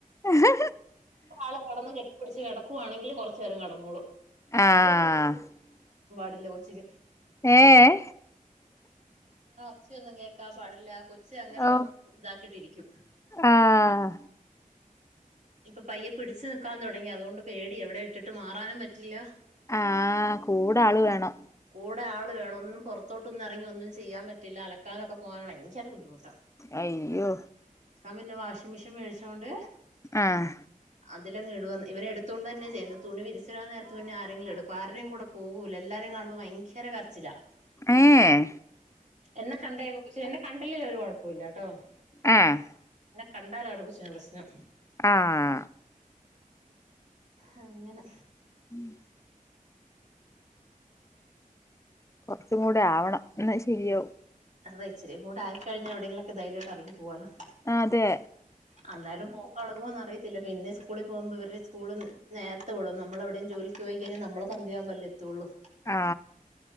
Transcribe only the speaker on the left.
ഹാ ഹാ
ആ ആ ആ
ഏ ഏഹ്
ഓ
ആഹ്
ആ കൂടാള് വേണം
അയ്യോ
ആഹ്
ഏഹ്
ആഹ്
ആഹ്
<inaudible> കൊറച്ചുംകൂടെ ആവണം എന്ന ശരി ആവും
അതെ
ആ